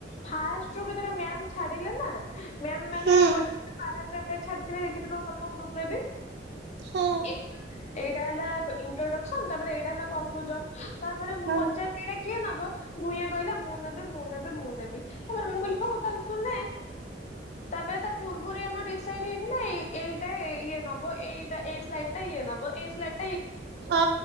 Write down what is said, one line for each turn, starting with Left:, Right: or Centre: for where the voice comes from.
Left: ଫାଷ୍ଟ ର କେତେ ମ୍ୟାମ୍ ଛାଡିଲେ ନା। ମ୍ୟାମ୍ ମାନେ
Right: ହୁଁ
Left: ଗୋଟେ ଗୋଟେ ପାରାଗ୍ରାପ ଟାଏ ଛାଡିଥିବେ ଦେଖି ତମ ଗ୍ରୁପ ରେ ବି।
Right: ହଁ
Left: ଏ ଏଇଟା ହେଲା ଇଣ୍ଟ୍ରୋଡକ୍ସନ। ତାପରେ ଏଇଟା ହେଲା କନକ୍ଲୁଜନ ତାପରେ ମୁଁ
Right: ହଁ।
Left: ପଚାରିଲି ଏଟା କିଏ ନଵ ଭୂୟାଁ କହିଲା ମୁଁ ନେବି ମୁଁ ନେବି ମୁଁ ନେବି ତାପରେ ମୁଁ କହିଲି ହଉ ତାନେ ତୁ ନେ। ତାପରେ ତା ପୂର୍ବରୁ ଆମର ଡିସାଇଡ ହେଇଥିଲା ଏ ଏଇଟା ଇଏ ନବ ଏଇଟା ଏଇ ସ୍ଲାଇଡ ଟା ଇଏ ନବ। ବ ଏ ସ୍ଲାଇ
Right: ହ